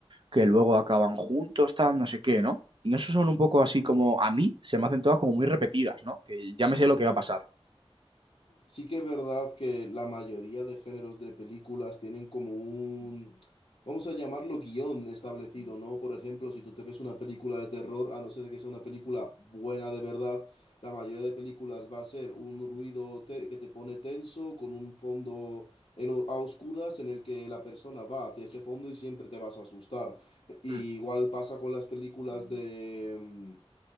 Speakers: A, on the right; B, on the left.
A: que luego acaban juntos, tal, no sé qué, ¿no? Y eso son un poco así como, a mí se me hacen todas como muy repetidas, ¿no? Que ya me sé lo que va a pasar.
B: Sí que es verdad que la mayoría de géneros de películas tienen como un, vamos a llamarlo guión establecido, ¿no? Por ejemplo, si tú te ves una película de terror, a no ser que sea una película buena de verdad, la mayoría de películas va a ser un ruido te- que te pone tenso, con un fondo en o- a oscuras en el que la persona va hacia ese fondo y siempre te vas a asustar. Y
A: Mm,
B: igual pasa con las películas de... mm,